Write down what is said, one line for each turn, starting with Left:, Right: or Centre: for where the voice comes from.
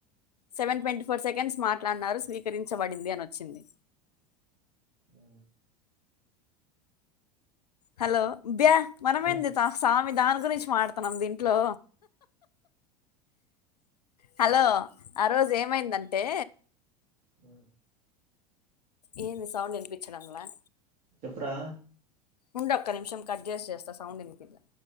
Left: సెవెన్ ట్వంటీ ఫోర్ సెకండ్స్ మాట్లాడన్నారు స్వీకరించబడింది అని వచ్చింది
Right: ఆ
Left: హలో బ్యా మనమేంది
Right: ఉమ్
Left: స్వామి దాని గురించి మాడుతున్నాం దీంట్లో హలో ఆ రోజు ఏమైందంటే
Right: ఆ
Left: ఏంది సౌండ్ ఇనిపించడం ల
Right: చెప్పురా
Left: ఉండు ఒక్క నిమిషం కట్ జేసి చేస్తా సౌండ్ వినిపిల్లా